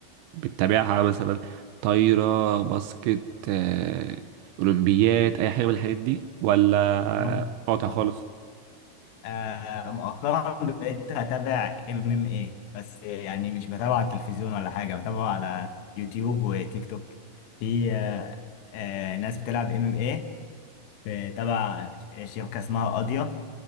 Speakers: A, on the right (about 80°); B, on the left (about 75°).
A: بتتابعها مثلا طايرة باسكت آه، اولمبيات اي حاجة من الحاجات دي ولا
B: لأ؟
A: قاطع
B: <laughs>
A: خالص
B: آه مؤخرا بقيت اتابع ام ام اي بس يعني مش بتابع على التلفزيون ولا حاجه بتابعه على يوتيوب وتيك توك في آه آه ناس بتلعب ام ام اي في تبع شبكه اسمها قاضيه